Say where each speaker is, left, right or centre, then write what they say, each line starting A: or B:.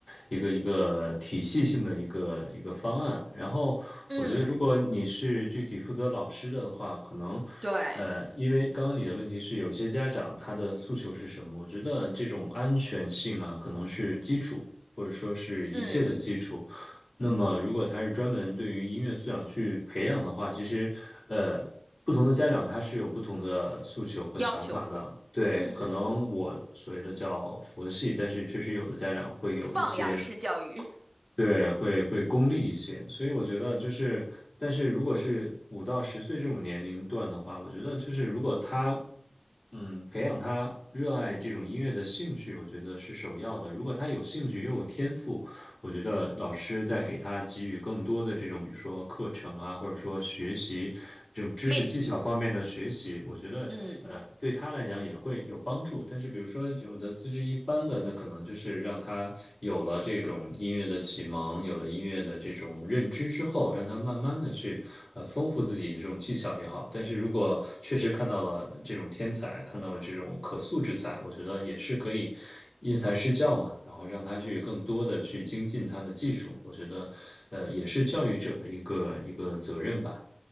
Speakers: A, on the left; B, on the right.
A: 一个一个体系性的一个一个方案。然后，
B: 嗯，
A: 我觉得如果你是具体负责老师的话，可能。
B: 对，
A: 呃，因为刚刚你的问题是有些家长他的诉求是什么？我觉得这种安全性啊，可能是基础，或者说是一切的基础。
B: 嗯，
A: 那么，如果他是专门对于音乐素养去培养的话，其实，呃，不同的家长他是有不同的诉求和想法的。
B: 要求，
A: 对，
B: 嗯，
A: 可能我所谓的叫佛系，但是确实有的家长会有一些，
B: 放羊式教育
A: 对，会会功利一些。所以我觉得就是，但是如果是五到十岁这种年龄段的话，我觉得就是如果他嗯，培养他热爱这种音乐的兴趣，我觉得是首要的。如果他有兴趣又有天赋，我觉得老师在给他给予更多的这种，比如说课程啊，或者说学习这种知识技巧方面的学习，
B: 练习，
A: 我觉得呃对他来讲也会有帮助。
B: 嗯。
A: 但是比如说有的资质一般的，那可能就是让他有了这种音乐的启蒙，有了音乐的这种认。认知之后，让他慢慢的去呃丰富自己的这种技巧也好。但是如果确实看到了这种天才，看到了这种可塑之才，我觉得也是可以因材施教嘛，然后让他去更多的去精进他的技术。我觉得呃也是教育者的一个一个责任吧。